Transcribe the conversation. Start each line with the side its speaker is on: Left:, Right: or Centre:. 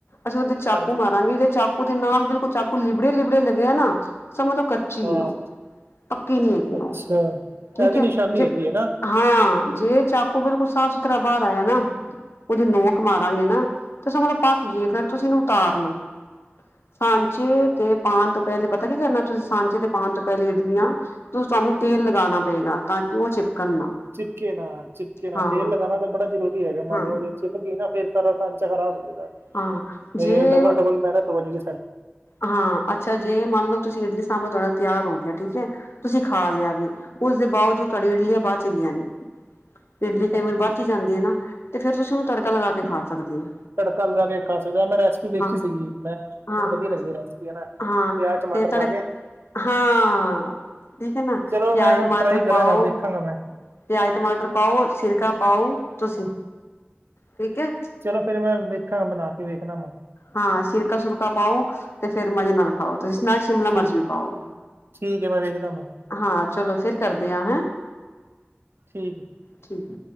Left: ਅਸੀਂ ਉਹਦੇ ਚਾਕੂ
Right: ਹਾਂਜੀ
Left: ਮਾਰਾਂਗੇ ਜੇ ਚਾਕੂ ਦੇ ਨਾਲ ਬਿਲਕੁਲ ਚਾਕੂ ਲਿਬੜੇ ਲਿਬੜੇ ਲੱਗੇਿਆ ਨਾ ਸਮਝ ਲਓ ਕੱਚੀ
Right: ਹਾਂ
Left: ਉਹ ਪੱਕੀ ਨਹੀਂ ਹੈਗੀ
Right: ਅੱਛਾ
Left: ਉਹ ਠੀਕ
Right: ਇਹ ਵੀ
Left: ਹੈ
Right: ਨਿਸ਼ਾਨੀ
Left: ਜੇ
Right: ਹੈਗੀ ਹੈ ਨਾ
Left: ਹਾਂ ਜੇ ਚਾਕੂ ਬਿਲਕੁਲ ਸਾਫ਼ ਸੁਥਰਾ ਬਾਹਰ ਆਇਆ ਨਾ ਉਹਦੀ ਨੋਕ ਮਾਰਾਂਗੇ ਨਾ ਤੇ ਸਮਜੋ ਪੱਕ ਗਏ ਫੇਰ ਤੁਸੀਂ ਇਹਨੂੰ ਉਤਾਰ ਲਓ ਸਾਂਚੇ ਤੇ ਪਾਉਣ ਤੋਂ ਪਹਿਲੇ ਪਤਾ ਕੀ ਕਰਨਾ ਤੁਸੀਂ ਸਾਂਚੇ ਤੇ ਪਾਉਣ ਤੋਂ ਪਹਿਲੇ ਇੱਡਲੀਆ ਤੁਹਾਨੂੰ ਤੇਲ ਲਗਾਉਣਾ ਪਏਗਾ ਤਾਂ ਕਿ ਉਹ ਚਿਪਕਣ ਨਾ
Right: ਚਿਪਕੇ ਨਾ ਚਿਪਕੇ ਨਾ
Left: ਹਾਂ
Right: ਤੇਲ ਲਗਾਉਣਾ ਤਾਂ ਬੜਾ ਜ਼ਰੂਰੀ ਹੈਗਾ ਮੰਨ
Left: ਹਾਂ
Right: ਲਓ ਉਹਦੇ ਚਿਪ ਗਈ ਨਾ ਫਿਰ ਸਾਂਚਾ ਖ਼ਰਾਬ ਹੋ ਜਾਂਦਾ
Left: ਹਾਂ
Right: ਤੇ
Left: ਜੇ
Right: ਡਬਲ ਡਬਲ ਮਿਹਨਤ ਹੋ ਜਗੀ
Left: ਹਾਂ ਅੱਛਾ ਜੀ ਮੰਨ ਲਓ ਤੁਸੀਂ ਇੰਡੀਆ ਸਾਮ ਤੁਹਾਡਾ ਤਿਆਰ ਹੋ ਗਿਆ ਠੀਕ ਹ ਤੁਸੀਂ ਖਾ ਲਿਆ ਵੀ ਉਸਦੇ ਬਾਵਜੂਦ ਤੁਹਾਡੇ ਇਡਲੀਆਂ ਬਾਅਦ ਚ ਗਈਆਂ ਨੇ ਇਡਲੀ ਕਈ
Right: ਹਾਂਜੀ
Left: ਵਾਰੀ ਵੱਧ ਹੀ ਜਾਂਦੀ ਹੈ ਨਾ ਤੇ ਫਰ ਤੁਸੀਂ ਉਹਨੂੰ ਤੜਕਾ ਲਗਾ ਕੇ ਖਾ ਸਕਦੇ ਹੋ
Right: ਤੜਕਾ ਲਗਾ ਕੇ ਖਾ ਸਕਦਾ ਮੈਂ ਰੈਸਪੀ ਦੇਖੀ
Left: ਹਾਂ
Right: ਸੀਗੀ ਮੈਂ ਮੈਨੂੰ
Left: ਹਾਂ
Right: ਵਧੀਆ ਲੱਗਦੀ ਰੈਸਪੀ ਹੈ ਨਾ
Left: ਹਾਂ
Right: ਪਿਆਜ ਟਮਾਟਰ
Left: ਤੇ ਤੜਕ
Right: ਪਾ ਕੇ
Left: ਹਾਂ ਠੀਕ ਹੈ ਨਾ
Right: ਚਲੋ
Left: ਪਿਆਜ
Right: ਮੈਂ
Left: ਟਮਾਟਰ
Right: ਟਰਾਈ ਕਰਾਂਗਾ
Left: ਪਾਓ
Right: ਵੇਖਾਂਗਾ ਮੈਂ
Left: ਪਿਆਜ਼ ਟਮਾਟਰ ਪਾਓ ਸਿਰਕਾ ਪਾਓ ਤੁਸੀਂ ਠੀਕ ਹੈ
Right: ਚਲੋ ਫੇਰ ਮੈਂ ਵੇਖਾਂ ਬਣਾ ਕੇ ਵੇਖਣਾ ਮੈਂ
Left: ਹਾਂ ਸਿਰਕਾ ਸੁਰਕਾ ਪਾਓ ਤੇ ਫੇਰ ਮਜ਼ੇ ਨਾਲ ਖਾਓ ਤੁਸੀਂ ਸ਼ਿਮਲਾ
Right: ਠੀਕ
Left: ਮਰਚ ਵੀ ਪਾਓ
Right: ਠੀਕ ਹੈ ਮੈਂ ਵੇਖਦਾ ਮੈਂ
Left: ਹਾਂ ਚਲੋ ਫਿਰ ਕਰਦੇ ਆ ਹੈਂ
Right: ਠੀਕ ਹੈ
Left: ਠੀਕ